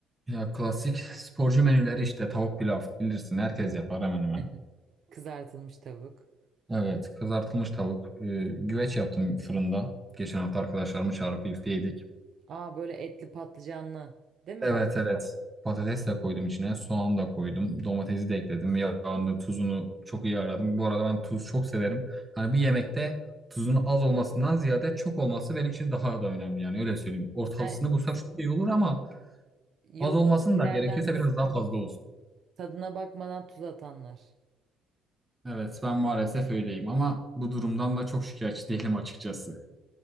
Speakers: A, on the right; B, on the right.
A: ya klasik sporcu menüleri işte tavuk pilav bilirsin herkes yapar hemen hemen.
B: <laughs> Kızartılmış tavuk.
A: Evet, kızartılmış tavuk. Ee, güveç yaptım fırında. Geçen hafta arkadaşlarımı çağırıp birlikte yedik.
B: Aa böyle etli patlıcanlı. Değil mi
A: Evet,
B: bak?
A: evet. Patates de koydum içine, soğan da koydum, domatesi de ekledim. Yağını, tuzunu çok iyi ayarladım. Bu arada ben tuz çok severim. Hani bir yemekte tuzun az olmasından ziyade çok olması benim için daha da önemli yani öyle söyleyeyim. Ortalısını
B: Sen
A: bulsak çok iyi olur ama
B: yok
A: az olmasın
B: ilerden
A: da gerekiyorsa
B: misin?
A: biraz daha fazla olsun.
B: Tadına bakmadan tuz atanlar.
A: Evet, ben maalesef öyleyim ama bu durumdan da çok şikayetçi değilim açıkçası.